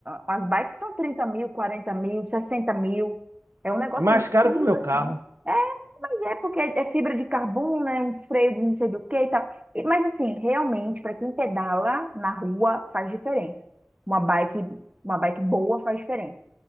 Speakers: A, on the right; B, on the right.
A: as bikes são 30 mil, 40 mil, 60 mil. É um negócio
B: É mais
A: absurdo,
B: caro que o meu
A: assim.
B: carro.
A: É, Mas é porque é fibra de carbono, é um freio de não sei do que e tal. E- Mas assim, realmente, para quem pedala na rua, faz diferença. Uma bike, uma bike boa faz diferença.